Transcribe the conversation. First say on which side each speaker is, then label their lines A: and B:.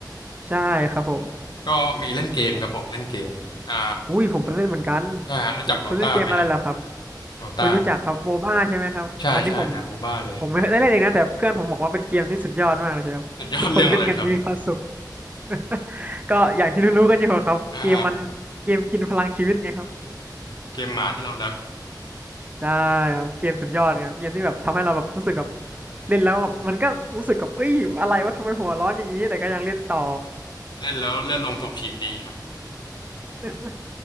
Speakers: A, on the right; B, on the left.
A: ใช่ครับผม
B: ก็มีเล่นเกมครับผมเล่นเกม อ่า
A: อุ้ยผมก็เล่นเหมือนกัน
B: ใช่ฮะรู้จักโดตาไหมฮะ
A: คุณเล่นเกมอะไรเหรอครับ
B: โดตา
A: ไม่รู้จักครับโมบ้าใช่ไหมครับอันนี้ผม
B: ใช่ใช่แนวโมบ้าเลย
A: ผมไม่ได้เล่นเองนะแต่เพื่อนผมบอกว่าเป็นเกมที่สุดยอดมากเลยใช่ครับทุกคนเล่นกันมีความสุข
B: สุดยอดเรื่องอะไรครับ
A: <laughs> ก็อย่างที่รู้ๆกันอยู่ครับเกมมันเกมกินพลังชีวิตไงครับ
B: อ่าเกมหมาที่เรารัก
A: ได้ครับเกมสุดยอดครับเกมที่แบบทำให้เราแบบรู้สึกแบบเล่นแล้วมันก็รู้สึกกับเอ้ยอะไรวะทำไมหัวร้อนอย่างนี้แต่ก็ยังเล่นต่อ
B: เล่นแล้วเลือดลมสูบฉีดดีครับ
A: <laughs>